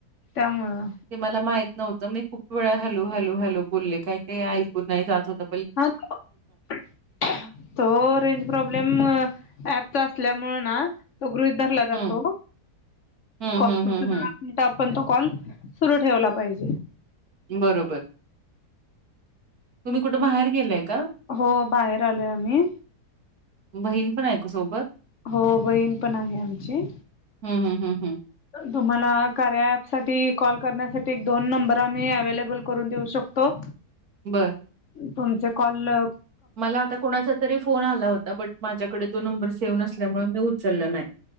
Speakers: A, on the left (about 55°); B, on the right (about 65°).
A: त्यामुळं
B: ते मला माहित- नव्हतं. मी खूप वेळा हॅलो हॅलो हॅलो बोलले काही ते ऐकून नाही जात होत.
A: ह. हो. रेंज प्रॉब्लेम ऍपच्या असल्यामुळे ना- तो गृहित धरला
B: हं.
A: जातो.
B: हं,
A: <unintelligible>
B: हं, हं,
A: आपण तो कॉल सुरू ठेवला पाहिजे.
B: बरोबर. तुम्ही कुठे बाहेर गेलाय का?
A: हो बाहेर आलोय आम्ही
B: बहीण पण आहे का सोबत?
A: हो. बहीण पण आहे आमची.
B: हम् हम हम् हम.
A: तुम्हाला कार्या ॲप साठी, कॉल करण्यासाठी एक दोन नंबर आम्ही अवे्लेबल करून देऊ शकतो.
B: बरं.
A: तुमचे कॉल -
B: मला आता कोणाचा तरी फोन आला होता. बट माझ्याकडे तो नंबर सेव्ह नसल्यामुळे मी- उचलला नाही.